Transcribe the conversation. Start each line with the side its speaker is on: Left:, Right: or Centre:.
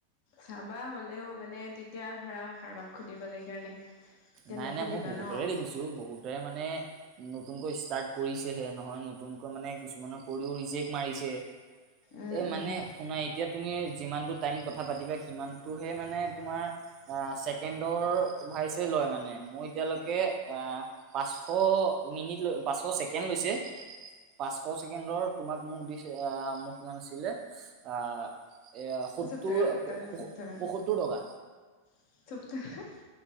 Left: চাবা হ'লেও মানে তেতিয়া ধৰা কাৰোবাক সুধিবলৈ কাৰণে তেতিয়া
Right: নাই
Left: নুসুধিবা
Right: নাই মই বহুতৰে
Left: ন
Right: দেখিছো বহুতেৰে মানে নতুনকৈ ষ্টাৰ্ট কৰিছে এই নহয় নতুনকৈ মানে কিছুমানৰ কৰিও ৰিজেক্ট মাৰিছে।
Left: উম
Right: এ
Left: উম
Right: মানে শুনাাই এতিয়া তুমি যিমানটো টাইম কথা পাতিবা সিমানটোহে মানে তোমাৰ ছেকেণ্ডৰ লয় মানে মই এতিয়ালৈকে পাচশ মিনট, পাচশ ছেকেণ্ড লৈছে। পাঁচশ ছেকেণ্ডৰ তোমাক মোক দিছে, আহ মোক ইমান আছিলে আহ এ সত্তৰ
Left: চুপ থাকা চুপ থাকা চুপ থাকা
Right: পয়সত্তৰ টকা
Left: <unintelligible>